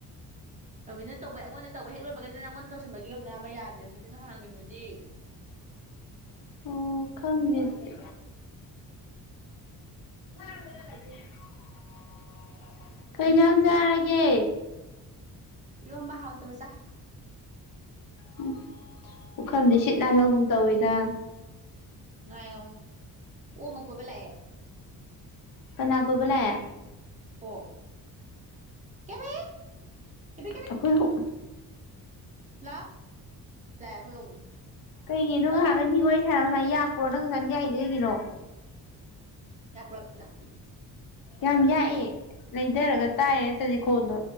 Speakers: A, on the right (about 20°); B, on the left (about 60°).
A: ꯇꯣꯃꯤꯅ ꯇꯧꯕꯩ ꯑꯩꯉꯣꯟꯗ ꯇꯧꯕ ꯍꯦꯛ ꯂꯣꯏꯕꯒꯅ ꯅꯪꯉꯣꯟꯗ ꯇꯧꯁꯟꯕꯒꯤꯅꯦꯕ ꯌꯥꯗ꯭ꯔꯦ ꯑꯗꯨꯗꯤ ꯉꯍꯥꯡꯒꯤꯗꯨꯗꯤ꯫
B: ꯑꯣ ꯈꯪꯗꯦ ꯑꯗꯨꯗꯤ꯫ <inaudible> ꯀꯩꯖꯥꯡ ꯆꯥꯔꯒꯦ꯫
A: ꯏꯔꯣꯝꯕ ꯍꯥꯎꯇꯕ ꯆꯥꯢ꯫
B: ꯎꯝ ꯄꯨꯈꯝꯗꯤ ꯁꯤꯠ ꯅꯥꯟꯍꯧꯒꯨꯝ ꯇꯧꯋꯤꯗ꯫
A: ꯉꯥ ꯌꯥꯎꯏ ꯑꯣꯛ ꯑꯃꯥ ꯀꯣꯏꯕ ꯂꯥꯛꯑꯦ
B: ꯀꯅꯥ ꯀꯣꯏꯕ ꯂꯥꯛꯑꯦ
A: ꯑꯣꯛ ꯀꯦꯕꯤ ꯀꯦꯕꯤ
B: ꯑꯩꯈꯣꯏ ꯑꫭꯛ
A: ꯂꯥꯛ ꯂꯥꯛꯑꯦ ꯑꯩꯈꯣꯏ ꯑꯣꯛꯅꯤ
B: ꯀꯩꯒꯤ ꯉꯍꯥꯟꯈꯩ
A: ꯂꯥꯎ ꯂꯥꯎ
B: ꯃꯤꯏ ꯍꯥꯏꯔ ꯁꯨꯃꯥꯏꯅ ꯌꯥꯛꯄ꯭ꯔꯣ ꯅꯪ ꯉꯁꯥꯏꯝ ꯌꯥꯛꯏꯁꯦ ꯀꯩꯒꯤꯅꯣ
A: <unintelligible>
B: ꯌꯥꯝ ꯌꯥꯛꯑꯦ ꯂꯩꯊꯔꯒ ꯇꯥꯏꯌꯦ ꯅꯠꯇꯗꯤ ꯈꯣꯟꯗꯣ